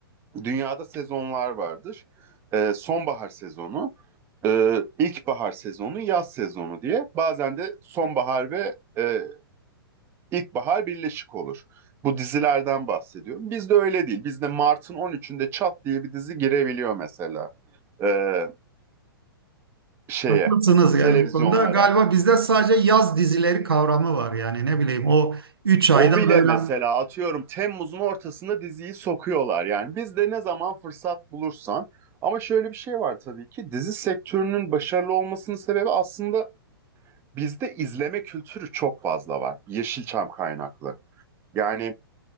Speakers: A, on the right; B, on the right.
A: dünyada sezonlar vardır. Ee, sonbahar sezonu, e, ilkbahar sezonu, yaz sezonu diye. Bazen de sonbahar ve e, ilkbahar birleşik olur. Bu dizilerden bahsediyorum. Bizde öyle değil. Bizde Mart'ın 13'ünde Çat diye bir dizi girebiliyor mesela. Ee, şeye,
B: Haklısınız yani
A: televizyonlara.
B: bu konuda galiba bizde sadece yaz dizileri kavramı var yani ne bileyim o 3 ayda
A: O bile
B: böyle
A: mesela atıyorum Temmuz'un ortasında diziyi sokuyorlar yani. Biz de ne zaman fırsat bulursan. Ama şöyle bir şey var tabii ki dizi sektörünün başarılı olmasının sebebi aslında bizde izleme kültürü çok fazla var. Yeşilçam kaynaklı. Yani